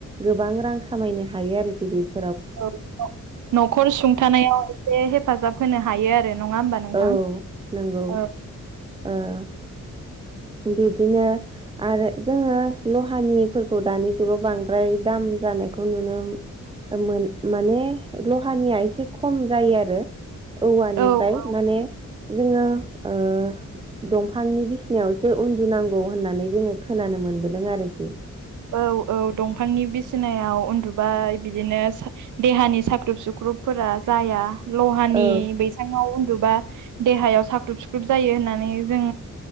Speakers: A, on the right; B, on the right.
A: गोबां रां खामायनो हायो आरोखि बेफोर
B: औ न'खर सुंथानायाव एसे हेफाजाब होनो हा हायो आरो नङा होमबा नोंथां?
A: औ नंगौ
B: औ
A: ओ बिदिनो आरो जोङो लहानिफोरखौ दानि जुगाव बांद्राय दाम जानायखौ नुनो मोन माने लहानिया एसे खम जायो आरो। औवानिफ्राय
B: औ
A: माने जोंङो ओ दंफांनि बिसिनायाव सो उन्दुनांगौ होननानै जोंङो खोनानो मोनबोदों आरोखि
B: औ औ दंफांनि बिसिनायाव उन्दुबाय बिदिनो सा देहानि साख्रुब सुख्रुब फोरा जाया लहानि
A: औ
B: बैङाव उन गुबा देहायाव साख्रुब सुख्रुब जायो होननानै जों